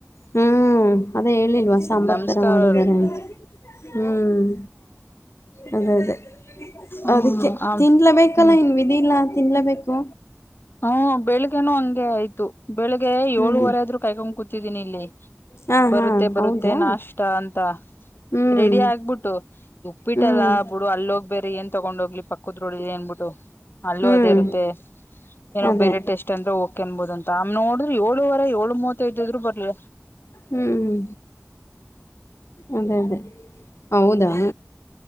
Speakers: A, on the left (about 75°); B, on the left (about 50°).
A: ಹ್ಮ್ ಅದೇ ಹೇಳಿಲ್ವಾ ಸಾಂಬಾರ್
B: ನಮಸ್ಕಾರ
A: ತರಾ ಮಾಡಿದಿದ್ದಾರೆ ಅಂತ. ಹ್ಮ್ ಅದೇ ಅದೇ.
B: ಹ್ಮ್
A: ಅದಕ್ಕೆ ತಿನ್ಲಬೇಕಲ್ಲ
B: ಹ್ಮ್
A: ಇನ್ ವಿಧಿ ಇಲ್ಲ ತಿನ್ಲಬೇಕು.
B: ಹ್ಮ ಬೆಳಿಗ್ಗೆನು ಹಂಗೆ ಆಯ್ತು ಬೆಳಿಗ್ಗೆ
A: ಹ್ಮ್
B: ಏಳುವರೆ ಆದ್ರೂ ಕಾಯ್ಕೊಂಡ್ ಕೂತಿದ್ದೀನಿ ಇಲ್ಲಿ.
A: ಹಾ
B: ಬರುತ್ತೆ
A: ಹಾ
B: ಬರುತ್ತೆ
A: ಹೌದಾ
B: ನಾಷ್ಟ ಅಂತ
A: ಹ್ಮ್
B: ರೆಡಿ ಆಗ್ಬಿಟ್ಟು. ಬಿಟ್ಟಲ್ಲ
A: ಹ್ಮ್
B: ಬಿಡು ಅಲ್ಲಿ ಹೋಗ್ ಬೇರೆ ಏನ್ ತಗೊಂಡೋಗ ಕುದ್ರೋ ಏನ್ಬಿಟ್ಟು ಅಲ್ಲೂ
A: ಹ್ಮ್
B: ಅದೇ ಇರುತ್ತೆ ಏನೋ
A: ಅದೇ
B: ಬೇರೆ ಟೇಸ್ಟ್ ಅಂದ್ರೆ ಓಕೆ. <unintelligible> ಏಳುವರೆ ಏಳು ಮೂವತ್ತ ಐದಾದ್ರು ಬರ್ಲ
A: ಹ್ಮ್ ಅದೇ ಅದೇ ಹೌದಾ.